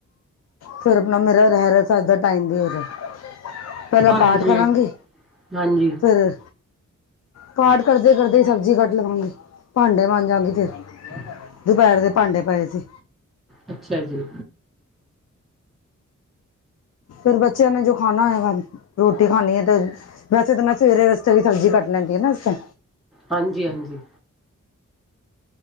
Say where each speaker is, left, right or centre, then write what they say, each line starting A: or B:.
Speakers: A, on the left; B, in the centre.
A: ਫਿਰ ਆਪਣਾ ਮੇਰਾ ਰਹਿਰਸ ਏਦਾਂ ਟਾਈਮ ਦੇ ਫਿਰ ਪਹਿਲਾਂ
B: ਹਾਂਜੀ
A: ਪਾਠ ਕਰਾਂਗੇ
B: ਹਾਂਜੀ
A: ਫੇਰ ਪਾਠ ਕਰਦੇ ਕਰਦੇ ਹੀ ਸਬਜ਼ੀ ਕੱਟ ਲਵਾਂਗੇ ਭਾਂਡੇ ਬਣ ਜਾਗੇ ਫਿਰ
B: <inaudible>
A: ਦੁਪਹਿਰ ਦੇ ਭਾਂਡੇ ਪਏ ਸੀ
B: ਅੱਛਾ ਜੀ
A: ਫੇਰ ਬੱਚਿਆਂ ਨੇ ਜੋ ਖਾਣਾ ਹੋਇਆ ਰੋਟੀ ਖਾਣੀ ਹੈ ਤੇ ਵੈਸੇ ਤੇ ਮੈਂ ਸਵੇਰੇ ਵਾਸਤੇ ਵੀ ਸਬਜ਼ੀ ਕੱਟ ਲੈਂਦੀ ਆ ਨਾ ਉਥੇ
B: ਹਾਂਜੀ ਹਾਂਜੀ